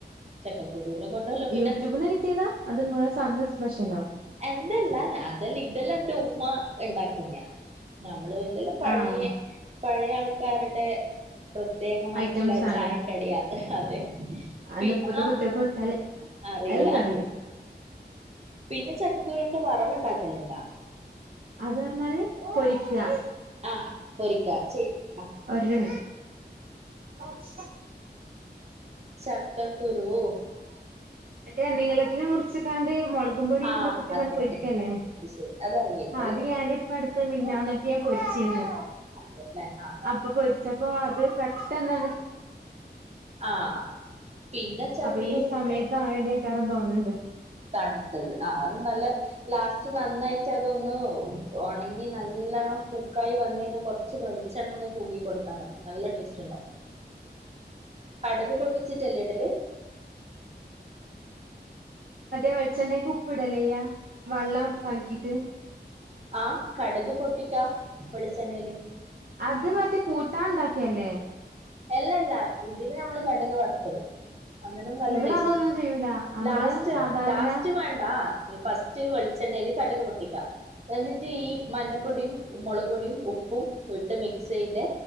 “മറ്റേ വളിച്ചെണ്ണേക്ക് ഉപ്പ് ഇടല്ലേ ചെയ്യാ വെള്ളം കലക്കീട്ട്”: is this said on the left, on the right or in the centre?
Right